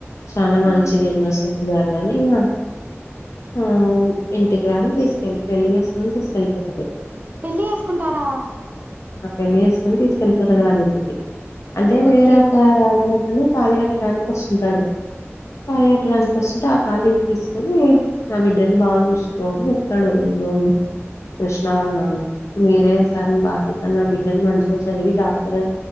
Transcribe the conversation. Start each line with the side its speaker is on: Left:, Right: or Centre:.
Left: చాలా మంచిది
Right: ఉమ్,
Left: ఇన్నోసెంట్ గర్ల్ అని ఇగ ఆ ఇంటికి రాని తీసుకెళ్లి పెళ్లి చేసుకొని తీసుకెళ్ళిపోతాడు
Right: పెళ్లి చేేసుకుంటాడా
Left: ఆ పెళ్లి చేేసుకొని తీసుకెళ్ళిపోతాడు వాళ్ళ ఇంటికి అంటే వేరే
Right: ఓకే
Left: ఒక రఐడియా తాను తాళి కట్టడానికి వస్తుంటాడు తాళి కట్టడానికి వస్తుంటే తాళి తీసుకొని నా బిడ్డని బాగా చూసుకో అని చెప్తాడు మా కృష్ణ వాళ్ళ నాన్న మీరే సార్ బాధ్యత నా బిడ్డని మంచిగా చదివి డాక్టర్